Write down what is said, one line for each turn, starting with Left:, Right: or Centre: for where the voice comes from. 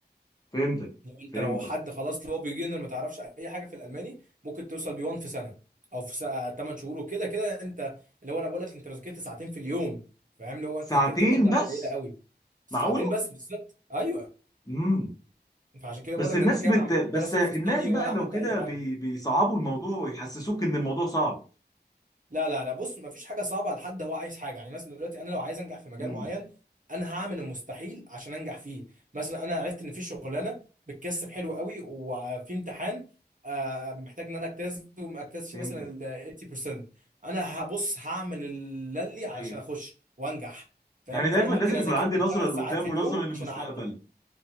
Left: فهمتك
Right: لو
Left: فهمتك
Right: انت لو حد خلاص اللي هو بيجنر ما تعرفش اي حاجه في الالماني ممكن توصل بي 1 في سنه او في سنة 8 شهور وكده كده انت اللي هو انا بقول لك انت لو ذاكرت ساعتين في اليوم فاهم اللي هو
Left: ساعتين
Right: انت ذاكرت مده
Left: بس
Right: قليله قوي ساعتين
Left: معقوله
Right: بس بالظبط ايوه
Left: امم
Right: فعشان كده بقول
Left: بس
Right: لك
Left: الناس
Right: ده انت كده
Left: بت...
Right: ما عملتش
Left: بس
Right: ولا سيلف
Left: الناس
Right: ستادي
Left: بقى
Right: ولا عملت
Left: لو كده
Right: اي حاجه
Left: بي... بيصعبوا الموضوع ويحسسوك ان الموضوع صعب
Right: لا لا لا بص مفيش حاجه صعبه على حد هو عايز حاجه يعني مثلا دلوقتي انا لو عايز انجح في مجال
Left: امم
Right: معين انا هعمل المستحيل عشان انجح فيه مثلا انا عرفت ان في شغلانه بتكسب حلو قوي وفي امتحان آه، محتاج ان انا اجتاز ومجتاز فيه
Left: فهمتك
Right: مثلا ال 80% انا هبص هعمل اللي لي علشان
Left: ايوه
Right: اخش وانجح فاهم
Left: يعني دايما
Right: فانا ممكن
Left: لازم
Right: اذاكر
Left: يكون عندي
Right: بالثمان
Left: نظره لقدام
Right: ساعات في
Left: ونظره
Right: اليوم
Left: للمستقبل
Right: عشان اعدي